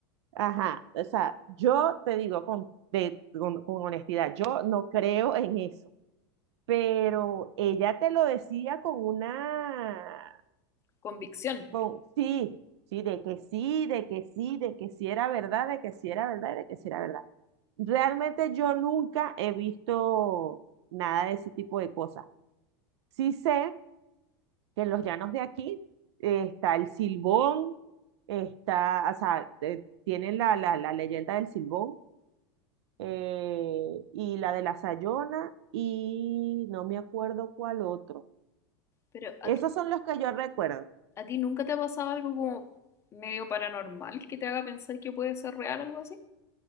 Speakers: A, on the right (about 85°); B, on the left (about 20°).
A: Ajá, o sea, yo te digo con, de, con, con honestidad, yo no creo en eso, pero ella te lo decía con una
B: convicción.
A: Con, sí, sí, de que sí, de que sí, de que sí era verdad, de que sí era verdad, y de que sí era verdad. Realmente yo nunca he visto nada de ese tipo de cosas. Sí sé que en los llanos de aquí eh, está el silbón, está, o sea, eh, tienen la, la, la leyenda del silbón eh, y la de la Sayona y no me acuerdo cuál otro.
B: Pero ¿a
A: Esos
B: ti,
A: son los que yo recuerdo.
B: a ti nunca te ha pasado algo como medio paranormal que te haga pensar que puede ser real algo así?